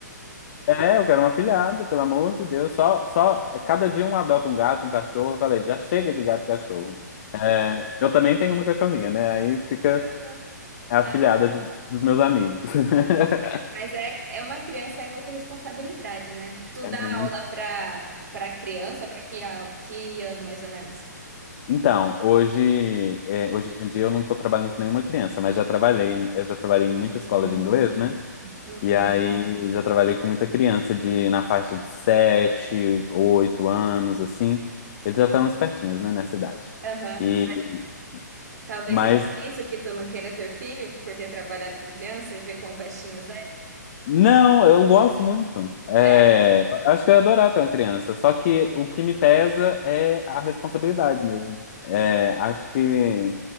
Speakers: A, on the left; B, on the right.
A: É, eu quero um afilhado, pelo amor de Deus. Só, só, cada dia um adota um gato, um cachorro. Eu falei, já chega de gato e cachorro. É, eu também tenho uma cachorrinha, né? Aí fica
B: Uhum.
A: a
B: Ah,
A: afilhada de- dos meus amigos. <laughs>
B: mas é, é uma criança, é muita responsabilidade, né? Tu
A: É
B: dá
A: muito.
B: aula pra, pra criança, pra que, a- que ano mais ou menos?
A: Então, hoje, é, hoje em dia eu não estou trabalhando com nenhuma criança, mas já trabalhei, né? eu já trabalhei em muita
B: Hum.
A: escola de inglês, né?
B: Uhum.
A: E aí já trabalhei com muita criança de na faixa de 7, 8 anos, assim. Eles já estão espertinhos, né, nessa idade.
B: Aham.
A: E,
B: Talvez
A: mas
B: seja por isso que tu não queira ter filho, por ter trabalhado com criança e ver quão pestinhas é.
A: Não, eu gosto muito. É,
B: É?
A: acho que eu ia adorar ter uma criança. Só que o que me pesa é a responsabilidade mesmo. É, acho que